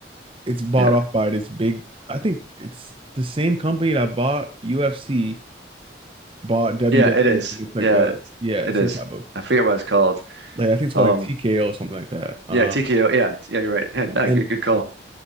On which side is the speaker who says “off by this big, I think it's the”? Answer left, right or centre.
Right